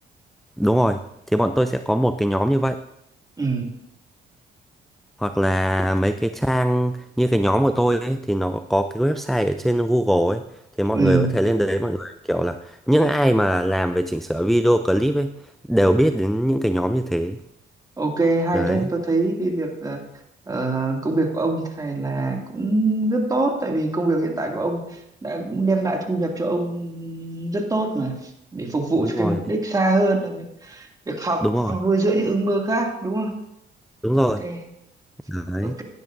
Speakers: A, in the centre; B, on the right (about 20°).
A: đúng rồi thì bọn tôi sẽ có một cái nhóm như vậy
B: Ừ.
A: hoặc là mấy cái trang như cái nhóm của tôi ấy, thì nó có cái website ở trên Google ấy thì mọi
B: Ừ.
A: người có thể lên đấy mọi người kiểu là những ai mà làm về chỉnh sửa video clip ấy đều biết đến những cái nhóm như thế
B: Ok hay
A: đấy
B: đấy tôi thấy cái việc ờ, ờ, công việc của ông như thế này là cũng rất tốt tại vì công việc hiện tại của ông đã cũng đem lại thu nhập cho ông rất tốt mà để phục vụ
A: đúng
B: cho cái
A: rồi
B: mục đích xa hơn là việc, việc học
A: đúng rồi
B: hoặc nuôi dưỡng những ước mơ khác đúng không?
A: đúng rồi
B: Ok
A: đấy
B: ok